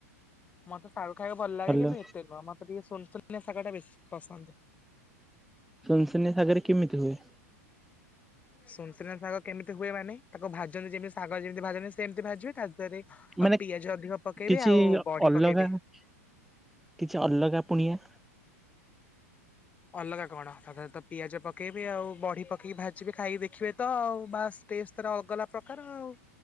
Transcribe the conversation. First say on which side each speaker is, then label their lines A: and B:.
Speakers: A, on the left; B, in the centre.
A: ମତେ ସାରୁ ଖାଇବାକୁ ଭଲ ଲାଗେ
B: ହ୍ୟାଲୋ
A: କିନ୍ତୁ ଏତେ ନୁହଁ ମତେ ଟିକେ ଶୁନୁ ନିଆ ଶାଗ ଟା ବେଶୀ ପସନ୍ଦ।
B: ସୁନୁସୁନିଆ ସାଗରେ କେମିତି ହୁଏ?
A: ସୁନସୁନିଆ ଶାଗ କେମିତି ହୁଏ ମାନେ ତାକୁ ଭାଜନ୍ତି ଯେମିତି ଶାଗ ଯେମିତି ଭାଜନ୍ତି ସେମତି ଭଜିବେ ତା ଦେହରେ ଆଉ
B: ମାନେ
A: ପିଆଜ ଅଧିକ ପକେଇବେ
B: କିଛି
A: ଆଉ ବଢି
B: ଅଲଗା
A: ପକେଇବେ।
B: କିଛି ଅଲଗା ପୁଣିଆ?
A: ଅଲଗା କଣ ତା ଦେହରେ ତ ପିଆଜ ପକେଇବି ଆଉ ବଢି ପକେଇକି ଭାଜିବେ ଖାଇକି ଦେଖିବେ ତ ଆଉ ବାସ ଟେଷ୍ଟ ତାର ଅଗଲା ପ୍ରକାର ଆଉ।